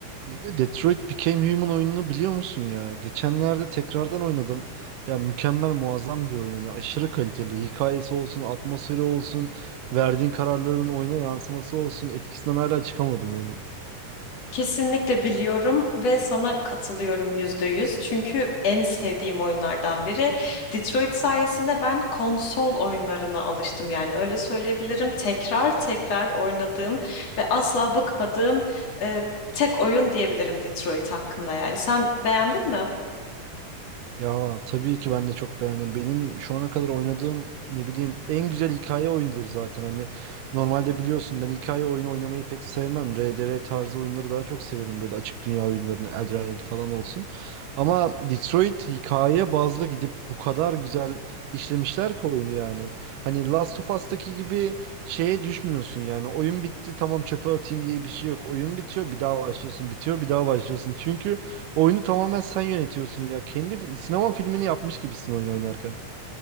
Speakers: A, on the right; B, on the left.
A: Bilge Detroit Become Human oyununu biliyor musun ya? Geçenlerde tekrardan oynadım. Ya mükemmel muazzam bir oyun. Hani aşırı kaliteli. Hikayesi olsun, atmosferi olsun, verdiğin kararların oyuna yansıması olsun. Etkisinden hala çıkamadım oyunun.
B: Kesinlikle biliyorum ve sana katılıyorum yüzde yüz. Çünkü en sevdiğim oyunlardan biri. Detroit sayesinde ben konsol oyunlarına alıştım. Yani öyle söyleyebilirim. Tekrar tekrar oynadığım ve asla bıkmadığım e, tek oyun diyebilirim Detroit hakkında. Yani sen beğendin mi?
A: Ya tabii ki ben de çok beğendim. Benim şu ana kadar oynadığım ne bileyim en güzel hikaye oyunudur zaten. Hani normalde biliyorsun ben hikaye oyunu oynamayı pek sevmem. RDR tarzı oyunları daha çok severim. Böyle açık dünya oyunlarını, Elden Ring falan olsun. Ama Detroit hikaye bazlı gidip bu kadar güzel işlemişler ki oyunu yani. Hani Last of Us'taki gibi şeye düşmüyorsun yani. Oyun bitti tamam çöpe atayım diye bir şey yok. Oyun bitiyor bir daha başlıyorsun. Bitiyor bir daha başlıyorsun. Çünkü Oyunu tamamen sen yönetiyorsun ya. Kendi fi- sinema filmini yapmış gibisin oyun oynarken.